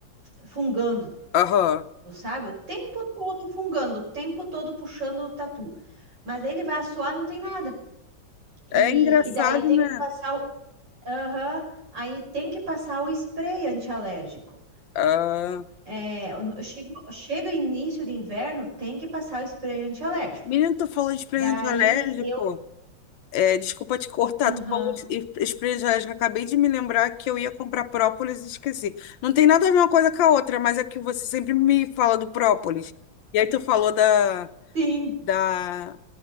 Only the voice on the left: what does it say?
aham.
É engraçado,
né?
Ah,
menino, tu falou de expediente
alérgico.
É, desculpa te cortar,
tu falou es- espirituais, que eu acabei de me lembrar que eu ia comprar própolis e esqueci. Não tem nada a ver uma coisa com a outra, mas é que você sempre me fala do própolis. E aí tu falou da,
da,